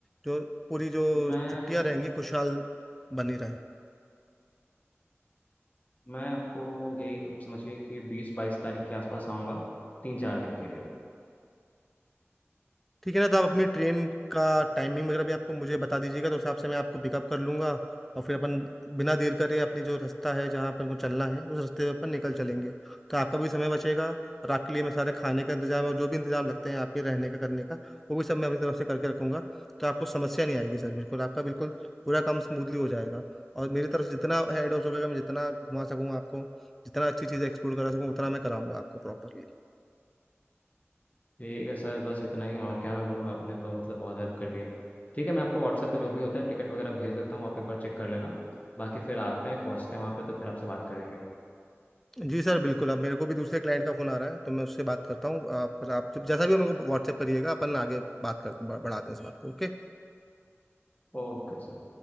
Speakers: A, in the centre; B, on the left.
A: जो पूरी जो
B: मैं
A: छुट्टियाँ रहेंगी खुशहाल बनी रहे
B: मैं आपको यही समझिए कि बीस बाईस तारीख के आसपास आऊँगा तीन चार दिन के लिए
A: ठीक है ना तो आप अपनी ट्रेन का टाइमिंग वगैरह भी आपको मुझे बता दीजिएगा तो उस हिसाब से मैं आपको पिकअप कर लूंगा और फिर अपन बिना देर करे अपनी जो रास्ता है जहाँ अपन को चलना है उस रास्ते पे अपन निकल चलेंगे तो आपका भी समय बचेगा और आपके लिए मैं सारे खाने का इंतजाम और जो भी इंतजाम लगते हैं आपके रहने का करने का वो भी सब मैं अपनी तरफ से करके रखूंगा तो आपको समस्या नहीं आएगी सर बिल्कुल आपका बिल्कुल पूरा काम स्मूथली हो जाएगा और मेरी तरफ से जितना हेड हो सकेगा मैं जितना घुमा सकूंगा आपको जितना अच्छी चीज़ एक्सप्लोर करा सकूँ उतना मैं कराऊंगा आपको प्रॉपरली
B: ठीक है सर बस इतना ही और क्या मैं बोलूँ आपने तो मतलब बहुत हेल्प कर दिया ठीक है मैं आपको व्हाट्सएप पे जो भी होता है टिकट वगैरह भेज देता हूँ आप एक बार चेक कर लेना बाकी फिर आते हैं पहुँचते हैं वहाँ पे तो फिर आपसे बात करेंगे
A: जी सर बिल्कुल अब मेरे को भी दूसरे क्लाइंट का फोन आ रहा है तो मैं उससे बात करता हूँ आप आप जैसा भी हो मेरे को व्हाट्सएप करिएगा अपन आगे बात कर बढ़ाते हैं इस बात को ओके
B: Okay sir